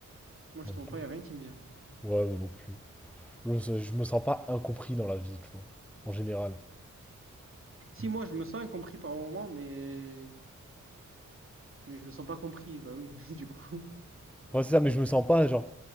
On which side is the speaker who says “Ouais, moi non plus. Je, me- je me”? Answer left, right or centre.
Centre